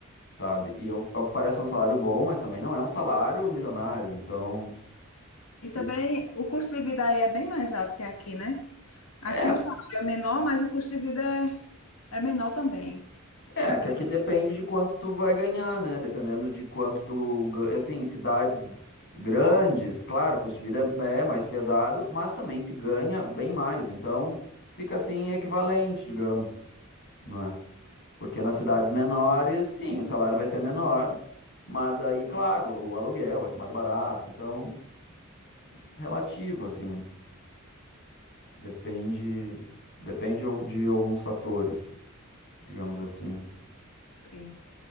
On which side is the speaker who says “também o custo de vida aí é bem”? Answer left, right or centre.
Left